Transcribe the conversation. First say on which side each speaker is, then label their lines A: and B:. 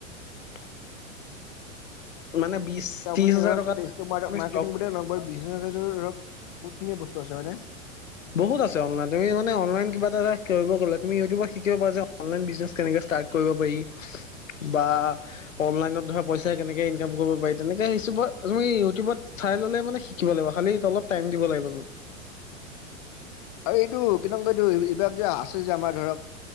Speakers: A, on the left (about 70°); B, on the left (about 30°).
A: <unintelligible>
B: উম।
A: মানে বিশ
B: আপুনি
A: ত্ৰিশ হাজাৰ
B: ধৰক
A: টকা
B: ষ্টক মাৰ্ক
A: তুমি
B: মাৰ্কেটিং
A: ষ্টক
B: বিছহাজাৰকে ধৰক বহুতখিন বস্ত হয়নে?
A: বহুত আছে অনলাইন তুমি মানে অনলাইন কিবা এটা কৰিব গ'লে তুমি ইউটিউবত শিকিব পাৰা যে অনলাইন বিজনেচ কেনেকে ষ্টাৰ্ট কৰিব পাৰি বা অনলাইনত ধৰা পইচা কেনেকে ইনকাম কৰিব পাৰি তেনেকে তুমি ইউটিউবত চাই ললে মানে শিকিব লাগিব খালি অলপ টাইম দিব লাগিব তুমি।
B: আৰু এইটো কি নাম কই এইটো এইবিলাক যে আছে যে আমাৰ ধৰক